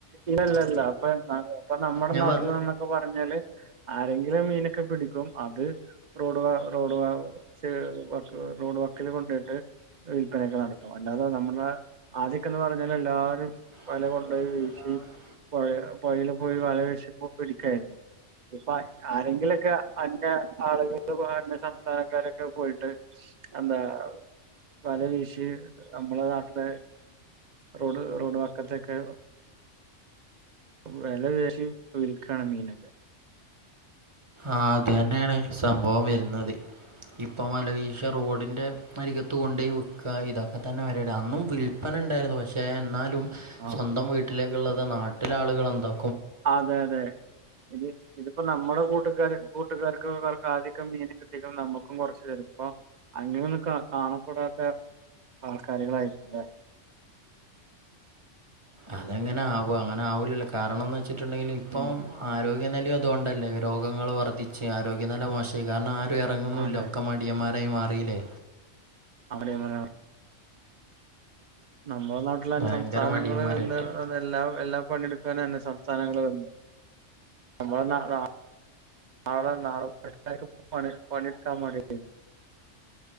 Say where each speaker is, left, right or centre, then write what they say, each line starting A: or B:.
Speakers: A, on the right; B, on the right.
A: ഇല്ലല്ല ഇല്ല ഇപ്പ ഇപ്പന്നാ നമ്മടെ
B: ഞാൻ
A: നാട്ടില്
B: പറ
A: പൊ പർഞ്ഞാല് ആരെങ്കിലും മീനൊക്കെ പിടിക്കും അത് റോഡ് വ റോഡ് വാ ച്ച് റോഡ് വക്ക്ല് കൊണ്ടേയ്ട്ട് വിൽപനൊക്കെ നടത്തും അല്ലാതെ നമ്മടെ ആദ്യൊക്കെ എന്ന് പർഞ്ഞാല് എല്ലാരും വല
B: അദ്യൊക്കേന്ന്
A: കൊണ്ടോയി
B: പർഞ്ഞാല്
A: വീശി
B: എല്ലാരും
A: പൊഴ പൊഴേല് പോയി വല വിശിപ്പൊ പിടിക്കേര്ന്നു ഇപ്പം ആരെങ്കിലൊക്കെ അന്ന്യ ആള്കൾക്ക് പോ അന്യ സംസ്ഥാനക്കാരൊക്കെ പോയിട്ട് എന്താ വല വീഷി നമ്മളെ നാട്ടിലെ റോഡ് റോഡ് വക്കത്തൊക്കെ വെല പേശി വിൽക്കാണ് മീനൊക്കെ
B: ആഹ് അതന്നേണ് സംഭവം വെര്ന്നത് ഇപ്പൊ വലവീഷ റോഡിന്റെ അരികത്ത് കൊണ്ടോയി വിക്കാ ഇതൊക്കെ തന്നെ പരിപാടി അന്നും വിൽ പ്പനണ്ടാര്ന്നു പക്ഷേ എന്നാലും
A: ആഹ്
B: സ്വന്തം വീട്ടിലേക്ക്ള്ളത് നാട്ടിലെ ആള്കളെന്താ
A: അതെ അതെ ഇത് ഇത്പ്പോ നമ്മടെ കൂട്ടുകാര് കൂട്ടുകാർക്ക് ആദ്യക്കെ മീന് ട്ടീക്ക്ണേ നമ്മക്കും കൊർച്ച് തെരും ഇപ്പൊ അങ്ങനൊന്നും കാ കാണപ്പെടാത്തെ ആൾക്കാര്കളായിപ്പൊ ലെ
B: അതെങ്ങനെ ആവോ അങ്ങനെ ആവൂലല്ലോ കാരണംന്ന് വെച്ച്ട്ട്ണ്ടെങ്കില് ഇപ്പം
A: ഉം
B: ആരോഗ്യ നെലീം അതോണ്ടല്ലേ രോഗങ്ങള് വർദ്ധി ച്ച് ആരോഗ്യനെല മോശായി കാര്ണം ആരും എറങ്ങുന്നൂല്ല
A: അതെ
B: ഒക്കെ മടിയന്മാരായി മാറീല്ലേ
A: അവിടെങ്ങനെ നമ്മളെ നാട്ടില് അന്യ
B: ഭയങ്കര
A: സംസ്ഥാനങ്ങളീ
B: മടിയന്മാരായിട്ട്.
A: വന്ന് എല്ലാം എല്ലാ പണിട് ക്കാനേന്നെ സംസ്ഥാനങ്ങള് വന്ന് നമ്മളെ <unintelligible> എല്ലാര്ക്കും പണി പണി ഇട്ക്കാ മടിയായി